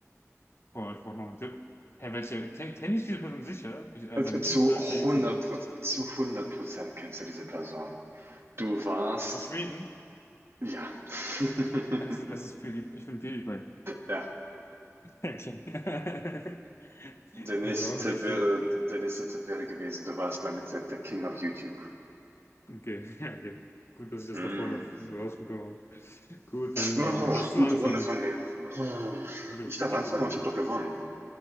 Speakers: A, on the left; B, on the right.
A: boah, ich brauche noch einen Tipp. Hey, welche? Kenne kenn kenn ich diese Person sicher? Ich, also
B: Und
A: ein nicht
B: Zu
A: deutscher YouTuber.
B: 100 zu hundert Prozent kennst du diese Person. Du warst
A: Aus Schweden? <laughs>
B: Ja. <laughs>
A: Es ist, es ist PewDiePie. Ich bin PewDiePie.
B: Ja.
A: Okay. <laughs>
B: Der nächste
A: Also,
B: Tipp
A: welche?
B: wäre der nächste Tipp wäre gewesen, du warst lange Zeit der King of YouTube.
A: Okay, <laughs> ja, okay. Gut, dass ich das
B: Mm.
A: davor noch rausbekommen habe. Gut, dann
B: Oh,
A: ähm, darfst
B: gute
A: du anfangen.
B: Runde von mir. Oh.
A: Gute,
B: Ich darf
A: wirklich
B: anfangen,
A: gute Runde.
B: aber ich habe doch gewonnen.